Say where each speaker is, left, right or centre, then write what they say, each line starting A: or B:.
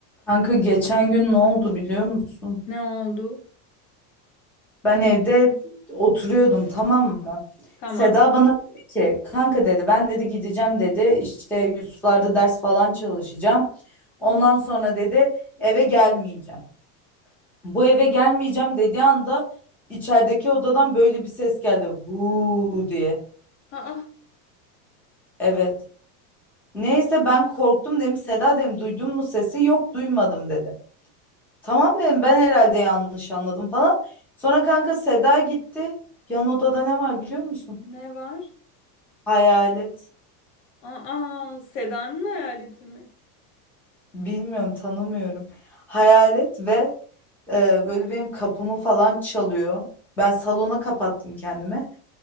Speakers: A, in the centre; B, on the left.
A: Kanka geçen gün ne oldu biliyor musun?
B: Ne oldu?
A: Ben evde oturuyordum tamam mı?
B: Tamam.
A: Seda bana dedi ki kanka dedi ben dedi gideceğim dedi işte Yusuflar'da ders falan çalışacağım. Ondan sonra dedi eve gelmeyeceğim. Bu eve gelmeyeceğim dediği anda içerideki odadan böyle bir ses geldi. Huu diye.
B: Aa,
A: Evet. Neyse ben korktum dedim. Seda dedim duydun mu sesi? Yok duymadım dedi. Tamam dedim ben herhalde yanlış anladım falan. Sonra kanka Seda gitti. Yan odada ne var biliyor musun?
B: ne var?
A: Hayalet.
B: Aa, Seda'nın hayaleti mi?
A: Bilmiyorum tanımıyorum. Hayalet ve e, böyle benim kapımı falan çalıyor. Ben salona kapattım kendimi.